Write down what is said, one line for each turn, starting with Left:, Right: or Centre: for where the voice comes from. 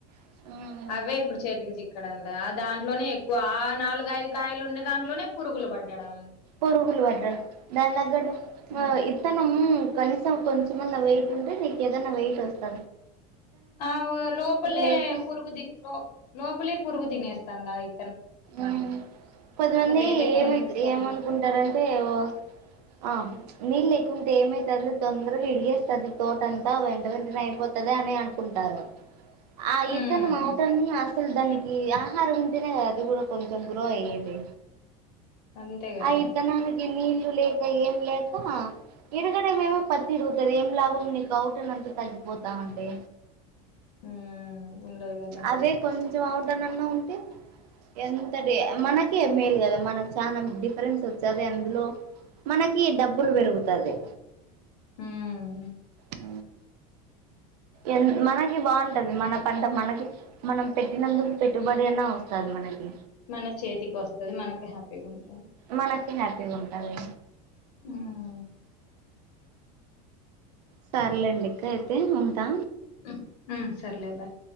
Right: ఆ
Left: అవే ఇప్పుడు చేతికి చిక్కడందా ఆ దాంట్లోనే ఎక్కువ ఆ నాలుగుఐదు కాయలు ఉండే దాంట్లోనే పురుగులు పడడం
Right: పురుగులు పడ్డం దాని తగ్గట్టు మ
Left: ఉమ్.
Right: ఈ విత్తనం కనీసం కొంచెంమన్నా వెయిట్ ఉంటే నీకు ఏదనా వెయిట్ వస్తాది
Left: ఆ లోపలే
Right: లేక
Left: పురుగు ది లో లోపలే పురుగు తినేస్తుందా అయి
Right: ఆ కొద్దిమంది
Left: వెయిట్ ఎక్కడి
Right: ఏమై
Left: నుంచి వస్తది
Right: ఏమనుకుంటారంటే ఓ ఆమ్ నీళ్ళు ఎక్కువ ఉంటే ఏమవుతుంది తొందరగా విడిగేస్తుంది తోటంతా వెంట వెంటనే అయిపోతుంది అని అనుకుంటారు ఆ
Left: హ్మ్
Right: ఇత్తనము అవటని అసలు దానికి ఆహారం ఉంటేనే కాద అది కూడా కొంచెం గ్రో అయ్యేది
Left: అంతే కదా
Right: అ ఇత్తనానికి ఈ నీళ్లు లేక ఏం లేక ఎడగడ మేమ పత్తి తిరుగుతది. ఏం లాభం నీకు అవుట్ అని అంతా తగ్గిపోతా ఉంటే
Left: హ్మ్ ఉండదు కదా
Right: అదే కొంచెం అవడనన్నా ఉంటే ఎంతది మనకే మేల్ గదా మనం చానా డిఫరెన్స్ ఒచ్చాదే అందులో మనకి డబ్బులు పెరుగుతది.
Left: హ్మ్
Right: ఆ ఎన్ మనకి బావుంటది. మన పంట మనకి మనం పెట్టినందుకు పెట్టుబడైనా వస్థాది. మనకి
Left: మన చేతికి వోస్తది. మనకు హ్యాపీగా ఉంటంది.
Right: మనకి హ్యాపీగుంటది.
Left: ఆ
Right: సర్లేండి ఇంకా అయితే ఉంటా
Left: ఉ ఊ సర్లే బాయ్